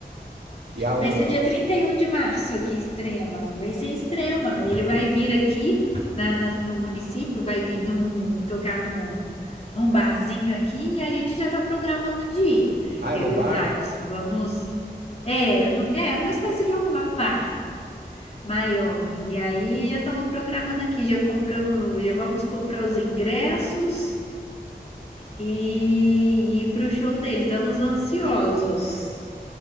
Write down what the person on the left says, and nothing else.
Vai ser dia 31 de março aqui em Extrema. Vai ser em Extrema. Ele vai vir aqui na, na- no município, vai vir num, tocar num, num barzinho aqui e a gente já tá programando de ir.
Eu
e
o Thaleson, vamos. É, é uma espécie de um bar maior. E aí já estamos programando aqui, já compramos, já vamos comprar os ingressos e ir pro show dele. Estamos ansiosos